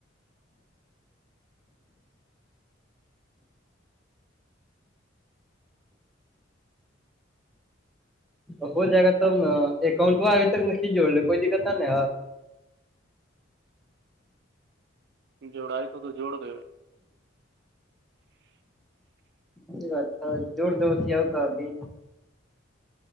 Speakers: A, in the centre; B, on the right.
A: تو ہو جائے گا ت اکاؤنٹ ابھی تک میں کھیچوڑ رہے کوئی دقت نہ
B: جوڑائی تو تو جوڑ د
A: بی بات تھاا زور دور کیایا ہوگ ابھی